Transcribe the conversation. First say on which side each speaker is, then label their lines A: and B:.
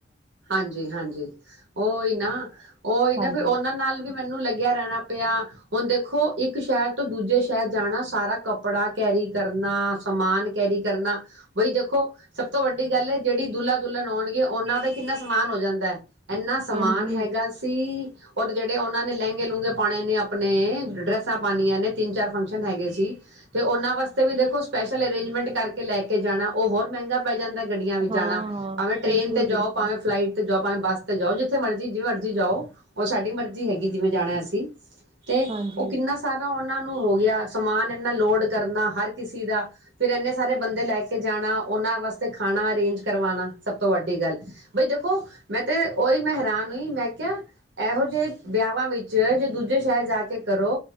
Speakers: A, on the right (about 75°); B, on the right (about 30°).
A: ਹਾਂਜੀ-ਹਾਂਜੀ ਉਹ ਹੀ ਨਾ। <unintelligible> ਉਹ ਹੀ ਨਾ
B: ਹਾਂਜੀ
A: ਫਿਰ ਉਹਨਾਂ ਨਾਲ ਵੀ ਮੈਨੂੰ ਲੱਗਿਆ ਰਹਿਣਾ ਪਿਆ। ਹੁਣ ਦੇਖੋ ਇੱਕ ਸ਼ਹਿਰ ਤੋਂ ਦੂਜੇ ਸ਼ਹਿਰ ਜਾਣਾ, ਸਾਰਾ ਕੱਪੜਾ ਕੈਰੀ ਕਰਨਾ, ਸਮਾਨ ਕੈਰੀ ਕਰਨਾ ਬਈ ਦੇਖੋ ਸਭ ਤੋਂ ਵੱਡੀ ਗੱਲ ਹੈ ਜਿਹੜੀ ਦੁੱ ਦੁਲਣ ਹੋਣਗੇ ਉਹਨਾਂ ਦਾ ਕਿੰਨਾ ਸਮਾਨ ਹੋ ਜਾਂਦਾ ਹੈ। ਏਨਾ ਸਮਾਨ
B: ਹਾਂਜੀ
A: ਹੈਗਾ ਸੀ ਔਰ ਜਿਹੜੇ ਉਹਨਾਂ ਨੇ ਲਹਿੰਗੇ ਲੂੰਘਗੇ ਪਾਣੇ ਨੇ ਆਪਣੇ, ਡਰੈਸਾਂ ਪਾਣੀਆਂ ਨੇ ਤਿੰਨ ਚਾਰ ਫੰਕਸ਼ਨ ਹੈਗੇ ਸੀ ਤੇ ਉਹਨਾਂ ਵਾਸਤੇ ਵੀ ਦੇਖੋ ਸਪੈਸ਼ਲ ਅਰੇਂਜਮੈਂਟ ਕਰ ਲੈ ਕੇ ਜਾਣਾ ਉਹ ਹੋਰ ਮਹਿੰਗਾ ਪੈ ਜਾਂਦਾ ਗੱਡੀਆਂ ਵਿੱਚ
B: ਹਾਂ
A: ਜਾਣਾ।
B: ਹਾਂ
A: ਟ੍ਰੇਨ
B: ਬਿਲਕੁਲ
A: ਤੇ
B: ਬਿਲਕੁਲ
A: ਜਾਓ ਭਾਵੇਂ ਫਲਾਈਟ ਤੇ ਜਾ ਭਾਵੇਂ ਬੱਸ ਤੇ ਜਾਓ ਜਿੱਥੇ ਮਰਜ਼ੀ, ਜਿਵੇਂ ਮਰਜ਼ੀ ਜਾਓ ਉਹ ਸਾਡੀ ਮਰਜ਼ੀ ਹੈਗੀ ਜਿਵੇਂ ਜਾਣਾ ਅਸੀਂ। ਤੇ
B: ਹਾਂਜੀ
A: ਉਹ ਕਿੰਨਾ ਸਾਰਾ ਆਉਣ ਉਹਨਾਂ ਨੂੰ ਹੋ ਗਿਆ, ਸਮਾਨ ਇਨਾ ਲੋਡ ਕਰਨਾ ਹਰ ਕਿਸੇ ਦਾ ਫਿਰ ਇੰਨੇ ਸਾਰੇ ਬੰਦੇ ਲੈ ਕੇ ਜਾਣਾ, ਉਹਨਾਂ ਵਾਸਤੇ ਖਾਣਾ ਅਰੇਂਜ ਕਰਵਾਨਾ। ਸਭ ਤੋਂ ਵੱਡੀ ਗੱਲ ਬਈ ਦੇਖੋ ਮੈਂ ਤੇ ਉਹੀ ਮੈਂ ਹੈਰਾਨ ਮੈਂ ਕਿਹਾ ਇਹੋ ਜਿਹੇ ਵਿਆਹਾਂ ਵਿੱਚ ਜੇ ਦੂਜੇ ਸ਼ਹਿਰ ਜਾ ਕੇ ਕਰੋ